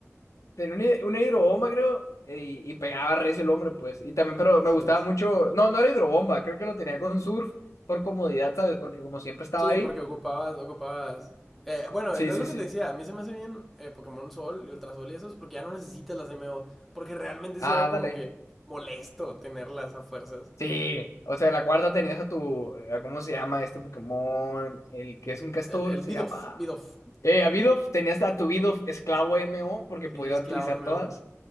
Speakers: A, on the left (about 70°); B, in the centre.
A: Tenía una, una hidrobomba, creo, y, y pegaba recio el hombre, pues. Y también, pero me
B: Sí,
A: gustaba
B: sí.
A: mucho. No, no era hidrobomba, creo que lo tenía con surf por comodidad, ¿sabes? Porque como siempre estaba
B: Sí,
A: ahí.
B: porque ocupabas, ocupabas. Eh, bueno,
A: Sí,
B: es lo
A: sí,
B: que
A: sí.
B: te decía, a mí se me hace bien eh, Pokémon Sol y Ultra Sol y esos, porque ya no necesitas las MO, porque realmente
A: Ah,
B: sí eran como
A: dale.
B: que molesto tenerlas a fuerzas.
A: Sí. O sea, en la cuarta tenías a tu. a ¿Cómo se llama este Pokémon? El que es un castor,
B: El, el
A: se
B: Bidoff,
A: llama.
B: Bidoff.
A: Eh, a Bidoff, tenías a tu Bidoff esclavo MO, porque podía
B: Sí, esclavo
A: utilizar
B: MO.
A: todas.